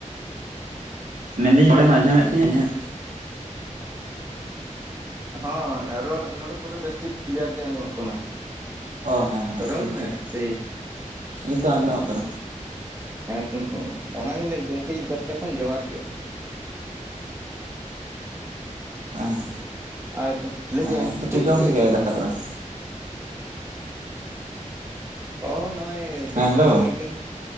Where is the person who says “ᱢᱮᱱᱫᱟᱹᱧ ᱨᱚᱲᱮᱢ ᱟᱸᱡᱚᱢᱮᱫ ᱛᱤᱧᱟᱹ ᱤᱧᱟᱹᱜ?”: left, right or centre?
Right